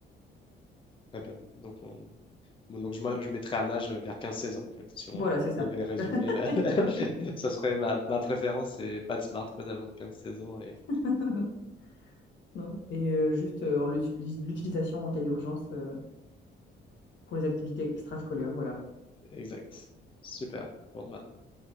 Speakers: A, on the left; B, on the left.
A: Très bien. Donc, on- bon, donc je, moi, je mettrais un âge vers quinze seize ans, en fait. Si on
B: Voilà, c'est ça.
A: devait résumer,
B: <laughs>
A: <laughs>
B: Quoi
A: ça serait ma, ma préférence, c'est pas de smartphone avant quinze seize ans. Et...
B: <laughs> Non. Et euh, juste euh, en l'utilis- l'utilisation en cas d'urgence euh, pour les activités extrascolaires, voilà.
A: Exact. Super. Bon, bah,